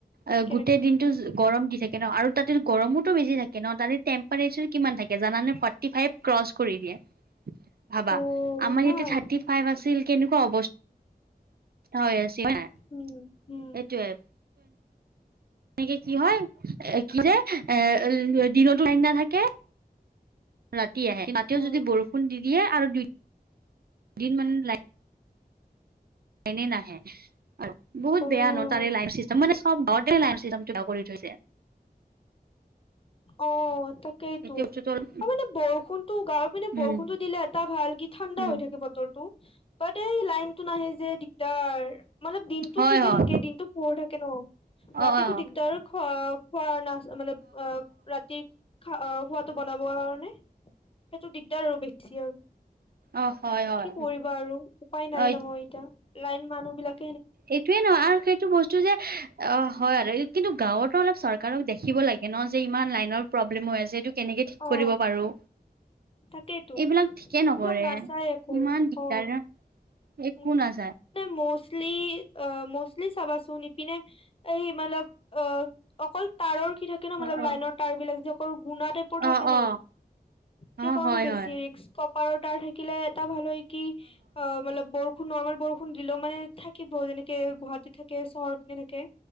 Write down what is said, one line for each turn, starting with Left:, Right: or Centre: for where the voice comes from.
Right: অ',
Left: কেনেকুৱা
Right: গোটেই দিনটো গৰম দি থাকে ন আৰু তাতে গৰমতো বেছি থাকে ন, তাতে টেম তেম্পেৰেছৰ কিমান থাকে জানানে? ফ'ৰ্টি ফাইভ ক্ৰছ কৰি দিয়ে। ভাবা,
Left: অ'
Right: আমাৰ
Left: ইমান
Right: ইয়াতে থাৰ্টি ফাইভ আছিল, কেনেকুৱা অৱচ হৈ আছিল, <unintelligible>
Left: উম, উম,
Right: এইটোৱেই। এনেকে কি হয়? <unintelligible> এ দিনতো লাইন নথাকে। ৰাতি আহে, ৰাাতিও
Left: অ',
Right: যদি বৰষুণ দি দিয়ে আৰু দুই <unintelligible> দিন মানে লাই লাইনেই নাহে আৰু, বহুত
Left: অ',
Right: বেয়া ন'। লাইন চিষ্টেম, <unintelligible> লাইন চিষ্টেম বেয়া কৰি থৈছে।
Left: অ', তাকেইতো।
Right: এতিয়া বস্তুটো অলপ
Left: অ', মানে বৰষুণতো, গাঁৱৰ পিনে
Right: উম
Left: বৰষুণটো দিলে এটা ভাল, কি ঠাণ্ডা
Right: উম
Left: হৈ থাকে বতৰটো। এই লাইনটো নাহে যে দিগদাৰ। মতলব দিনটো
Right: হয়
Left: ঠিকে
Right: হয়
Left: থাকে, দিনতো পোহৰ থাকে ন', ৰাতিটো
Right: অ অ
Left: দিগদাৰ খ খোৱা নাচ, মানে, অ' ৰাতি খোৱটো বনাবৰ কাৰণে, সেইটো দিগদাৰ আৰু বেছি আৰু।
Right: অ হয় হয়
Left: কি কৰিবা আৰু উপায় নাই
Right: অ
Left: নহয় এতিয়া লাইন মানুহ বিলাক
Right: এইটোৱে ন আৰু সে টো বস্তু যে অ হয় আৰু কিন্তু গাওঁতোঁ অলপ চৰকাৰক দেখিব লাগে ন যে ইমান লাইনৰ প্ৰব্লেম হৈ আছে এইটো কেনেকে ঠিক
Left: অ
Right: কৰিব পাৰো?
Left: তাকেইতো
Right: এইবিলাক ঠিকেই নকৰে,
Left: এইবিলাক নাচায় একো
Right: ইমান দিগদাৰ
Left: অ
Right: একো
Left: উম
Right: নাযায়।
Left: ম'ষ্টলি, ম'ষ্টলি চাবাছোন ইপিনে এই মতলৱ অ', অকল তাঁৰৰৰ কি থাকে ন মানে,
Right: অ অ
Left: লাইনৰ তাৰ বিলাক যে অকল গুণাতে বোৰ থাকে
Right: অ
Left: ন,
Right: অ
Left: সেইকাৰণে
Right: অ হয়
Left: বেছি
Right: হয়
Left: ৰিক্স ক কপাৰৰ তাৰ থাকিলে এটা ভাল হয় কি অ মতলৱ বৰষুণ, নৰ্মেল বৰষুণ দিলেও মানে, থাকিব যেনেকে গুৱাহাটী থাকে চহৰখিনি থাকে।